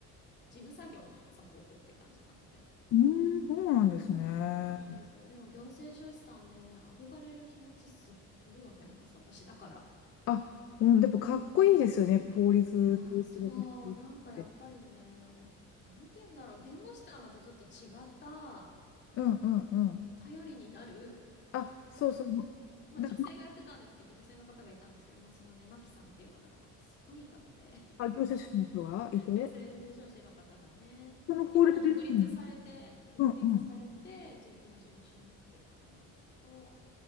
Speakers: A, on the left; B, on the left.
A: 事務作業のサポートって感じなので。
B: うーん、そうなんですね。
A: そうなんですよ。でも、行政書士さんね、憧れる気持ちすっごいわかります。私だから。
B: あ、うん、でもかっこいいですよね。やっぱ法律で仕事してるって。
A: いやー、そう、なんかやっぱりね、お、なんて言うんだろう、弁護士とはまたちょっと違った、
B: うんうんうん。
A: お頼りになる、
B: あ、そうそう。
A: まあ、まあ女性がやってたんですけど、
B: だ、
A: 女性の方がいたんですけど、まあそのね、マキさんっていう方がまたすごいいい方で、
B: あ、業者主の人がいて、
A: 行政書士の方がね。
B: その法律事務所に、
A: 今もう独立されて、独立されて、
B: うんうん。
A: 自分の事務所を持ってる方なんですけど、